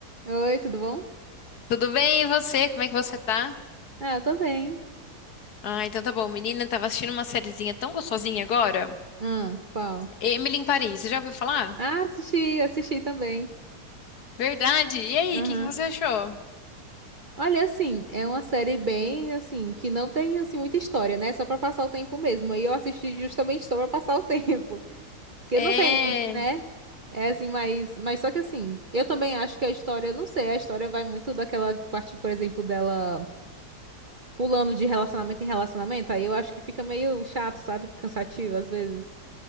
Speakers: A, on the right; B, on the left.
A: Oi, tudo bom?
B: Tudo bem, e você? Como é que você tá?
A: Ah, eu tô bem.
B: Ah, então tá bom. Menina, tava assistindo uma sériezinha tão gostosinha agora.
A: Ah, qual?
B: Emily em Paris, você já ouviu falar?
A: Ah, assisti, assisti também.
B: Verdade. E aí,
A: Aham.
B: o que que você achou?
A: Olha, assim, é uma série bem, assim, que não tem, assim, muita história, né? Só pra passar o tempo mesmo. Aí eu assisti justamente só pra passar o <laughs> tempo. Porque
B: É.
A: não tem, né? É assim, mas, mas só que assim, eu também acho que a história, não sei, a história vai muito daquela parte, por exemplo, dela pulando de relacionamento em relacionamento. Aí eu acho que fica meio chato, sabe? Cansativo às vezes.